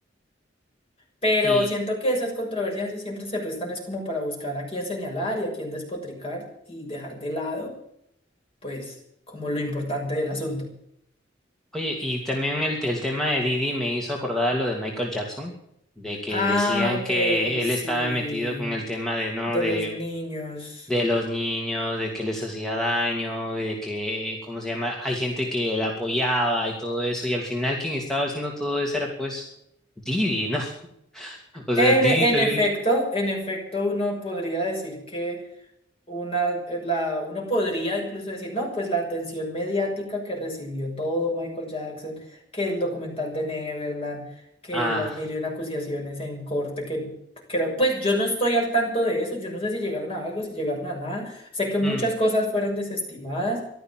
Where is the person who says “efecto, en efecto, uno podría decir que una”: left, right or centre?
Left